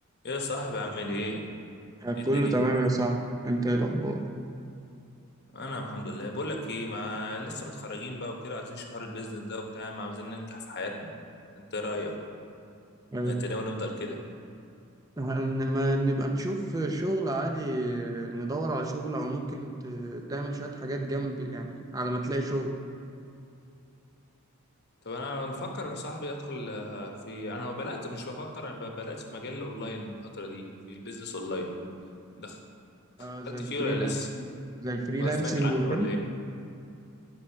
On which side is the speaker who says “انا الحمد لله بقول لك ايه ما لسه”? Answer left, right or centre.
Left